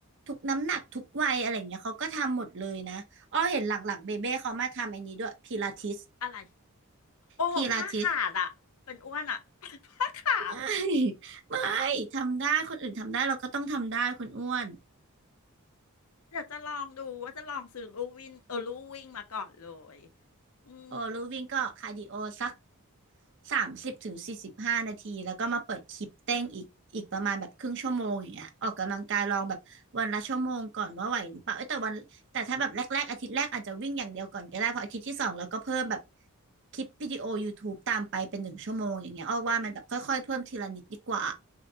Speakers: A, on the right; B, on the left.
A: ทุกน้ำหนักทุกวัยอะไรเงี้ยเขาก็ทำหมดเลยนะอ้อเห็นหลังๆเบเบ้เขามาทำไอ้นี้ด้วยพิลาทิส
B: อะไรโอ้โหผ้าขาดอะเป็นอ้วนอะ
A: พิลาทิส
B: <laughs> ผ้าขาด
A: ไม่ไม่ทำได้คนอื่นทำได้เราก็ต้องทำได้คุณอ้วน
B: เดี๋ยวจะลองดูว่าจะลองซื้อลู่วิ่งเออลู่วิ่งมาก่อนเลยอืม
A: โอ้ลูวิ่งก็คาร์ดิโอสัก สามสิบถึงสี่สิบห้านาทีแล้วก็มาเปิดคลิปเต้นอีกอีกประมาณแบบครึ่งชั่วโมงอย่างเงี้ยออกกำลังกายลองแบบวันละชั่วโมงก่อนว่าไหวหรือเปล่าเอ้ยแต่วันแต่ถ้าแบบแรกๆอาทิตย์แรกอาจจะวิ่งอย่างเดียวก่อนก็ได้เพราะอาทิตย์ที่สองเราก็เพิ่มแบบคลิปวิดีโอยูทูบ e ตามไปเป็นหนึ่งชั่วโมงอย่างเงี้ยอ้อว่ามันแบบค่อยๆเพิ่มทีละนิดดีกว่า